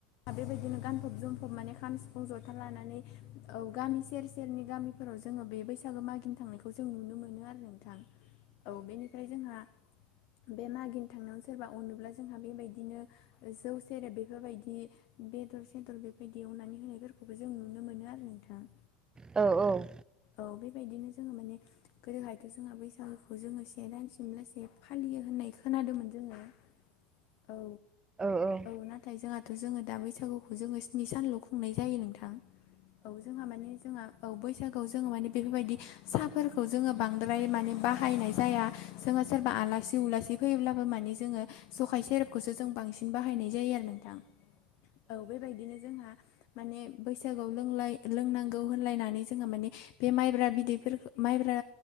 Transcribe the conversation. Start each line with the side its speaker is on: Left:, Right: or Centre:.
Left: बेबायदिनो गानफब जोमफब माने खाम सिफुं जथा लानानै औ गामि सेर सेरनि गामिफोराव जोङो बे बैसागु मागिनो थांनायखौ जों नुनो मोनो आरो नोंथां औ बेनिफ्राय जोंहा बे मागिनो थांनायाव सोरबा अनोब्ला जोंहा बेबायदिनो जौ सेरेब बेफोरबायदि बेदर सेदर बेबायदि एवनानै होनायफोरखौबो जों नुनो मोनो आरो नोंथां
Right: औ औ
Left: औ बेबायदिनो जोङो माने गोदोहायथ' जोंहा बैसागोखौ जोङो से दान सिमलास फालियो होननाय खोनादोंमोन जोङो औ
Right: औ औ
Left: औ नाथाय जोंहाथ' जोङो दा बैसागुखौ जोङो स्नि सानल' खुंनाय जायो नोंथां औ जोंहा माने जोंहा औ बैसागोआव जोङो माने बेफोरबायदि साहाफोरखौ जोङो बांद्राय माने बाहायनाय जाया। जोङो सोरबा आलासि उलासि फैयोब्लाबो मानि जोङो सखाय सेरेबखौसो जों बांसिन बाहायनाय जायो आरो नोंथां औ बेबायदिनो जोंहा माने बैसागुआव लोंलाय लोंनांगौ होनलायनानै जोङो माने बे माइब्रा बिदैफोरखौ माइब्रा